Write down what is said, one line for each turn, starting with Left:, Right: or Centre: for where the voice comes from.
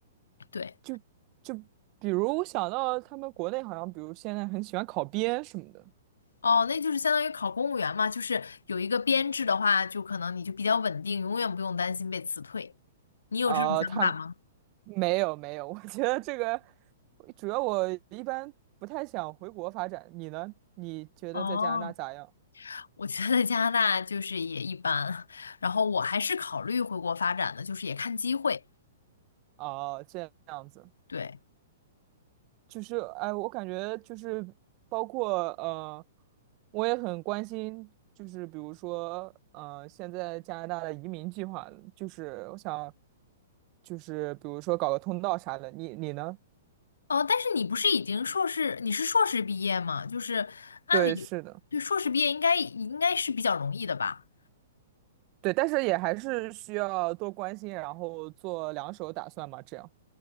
Left: 对。
Right: 就就比如我想到他们国内好像，比如现在很喜欢考编什么的。
Left: 哦，那就是相当于考公务员嘛，就是有一个编制的话，就可能你就比较稳定，永远不用担心被辞退。你有这种想法吗？
Right: 呃，他没有没有，<laughs> 我觉得这个主要我一般不太想回国发展。你呢？你觉得在加拿大咋样？
Left: 哦，我觉得加拿大就是也一般，然后我还是考虑回国发展的，就是也看机会。
Right: 哦，这样子，
Left: 对，
Right: 就是哎，我感觉就是包括呃，我也很关心，就是比如说呃，现在加拿大的移民计划，就是我想，就是比如说搞个通道啥的。你你呢？
Left: 哦，但是你不是已经硕士，你是硕士毕业吗？就是按理，
Right: 对，是的。
Left: 对，硕士毕业应该应该是比较容易的吧？
Right: 对，但是也还是需要多关心，然后做两手打算嘛，这样。